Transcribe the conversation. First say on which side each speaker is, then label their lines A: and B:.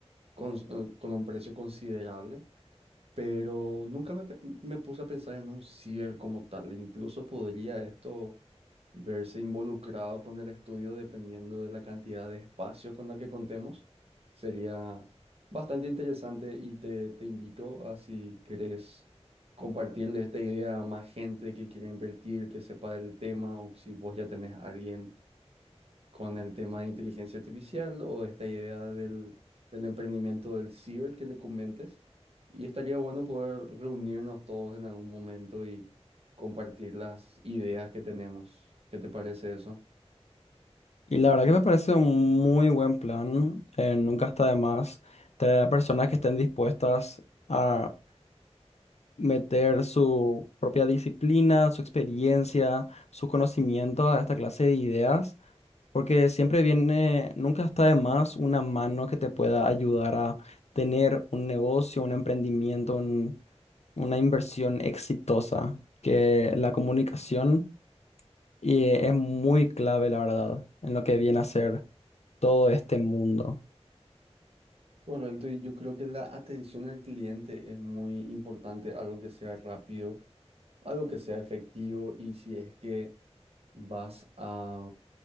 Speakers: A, on the right; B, on the left.
A: con, eh, con un precio considerable pero nunca me, pe- me puse a pensar en un cierre como tal. Incluso podría esto verse involucrado con el estudio dependiendo de la cantidad de espacio con la que contemos. Sería bastante interesante y te, te invito a si querés compartirle esta idea a más gente que quiera invertir, que sepa del tema o si vos ya tenés a alguien con el tema de inteligencia artificial o esta idea del, del emprendimiento del ciber que le comentes. Y estaría bueno poder reunirnos todos en algún momento y compartir las ideas que tenemos. ¿Qué te parece eso?
B: Y la verdad que me parece un muy buen plan. eh, nunca está de más tener a personas que estén dispuestas a meter su propia disciplina, su experiencia, sus conocimientos a esta clase de ideas, porque siempre viene, nunca está de más una mano que te pueda ayudar a tener un negocio, un emprendimiento, un- una inversión exitosa, que la comunicación eh, es muy clave, la verdad, en lo que viene a ser todo este mundo.
A: Correcto, y yo creo que la atención al cliente es muy importante, algo que sea rápido, algo que sea efectivo y si es que vas a